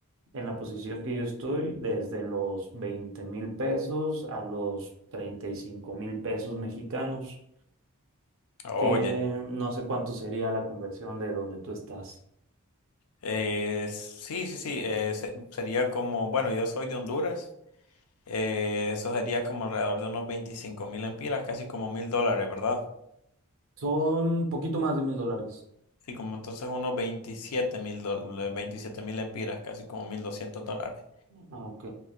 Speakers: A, on the right; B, on the left.
A: en la posición que yo estoy desde los veinte mil pesos a los treinta y cinco mil pesos mexicanos
B: Oye,
A: que no sé cuánto sería la conversión de donde tú estás.
B: eh, sí, sí, sí. eh, se- sería como, bueno, yo soy de Honduras. Eh, eso sería como alrededor de unos veinticinco mil empiras, casi como mil dólares, ¿verdad?
A: Son un poquito más de mil dólares.
B: Sí, como entonces unos veintisiete mil dólares, veintisiete mil empiras, casi como 1.200 dólares.
A: Ok.